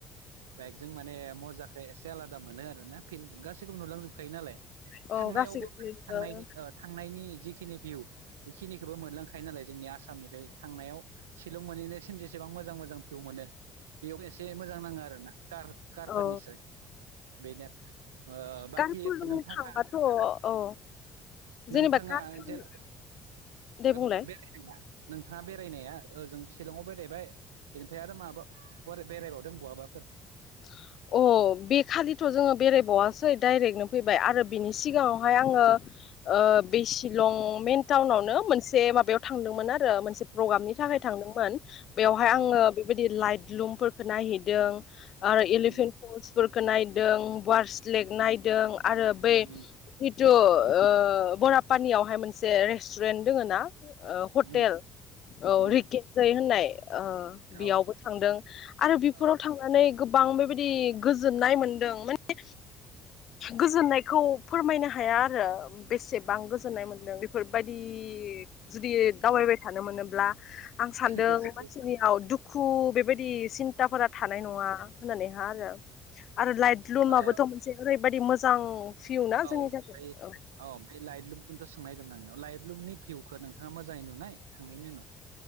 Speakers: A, on the right (about 85°); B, on the left (about 55°).
A: बाइकजों माने मजाखो एसे आला मोनो आरोना फिल गासैखौबो नुलांजोबखायो नालाय
B: औ
A: थांनायावबो
B: गासैबो
A: थांनायनि ओ थांनायनि जिख खिनि भिउ बेखिनिखोबो मोनलांखायो नालाय जोंनि आसामनिफ्राय थांनायाव सिलं मोनैनायसिम जसेबां मोजां मोजां भिउ मोनो बेयाव एसे मोजां नाङो आरोना कार कारफोरनिसाय
B: औ
A: बेनो ओ बाखि
B: कारफोरजों
A: नोंथाङा
B: थांबाथ' औ
A: नोंथाङा
B: जेनेबा कारफोर
A: जेनेबा
B: दे
A: <unintelligible>
B: बुंलाय
A: बेरायनाया ओजों सिलंआव बेरायबाय बेनिफ्राय आरो माबा बरा बेरायबावदों बहाबाफोर
B: <unintelligible> अ बे खालिथ' जोङो बेरायबावासै डाइरेक्टनो फैबाय आरो बिनि सिगाङावहाय आङो ओ बे सिलं मेन टाउनावनो मोनसे माबायाव थांदोंमोन आरो मोनसे प्रग्रामनि थाखाय थांदोंमोन बेयावहाय आङो
A: औ
B: बेबायदि लाइट लुमफोरखौ नायहैदों आरो
A: उम
B: इलिफेन्ट फलस फोरखो नायदों वार्स लेक नायदों आरो बे
A: उम
B: थ' ओ बरापानियावहाय मोनसे रेस्टुरेन्ट दोङो ना ओ हटेल
A: उम
B: औ
A: उम
B: रिके जै होननाय ओ
A: औ
B: बेयावबो थांदों आरो बेफोराव
A: औ
B: थांनानै गोबां बेबायदि गोजोननाय मोनदों माने गोजोननाय खौ फोरमायनो हाया आरो बेसेबां गोजोननाय मोन्दों फोरबायदि जुदि दावबायबाय थानो मोनोब्ला आं सानदों
A: गोसो
B: मानसिनियाव दुखु बेबायदि सिन्ताफोरा थानाय नङा। होननानै हा आरो आरो लाइट लुमाबोथ'
A: ओ
B: मोनसे ओरैबायदि मोजां भिउ ना
A: औ
B: जोंनि थाखाय
A: बे
B: औ
A: अ बे लाइटलुमखौनथ' सोंनायदोमोन आं नियाव लाइटलुमनि भिउखो नोंथाङा मोजाङै नुनाय थांनायनि उनाव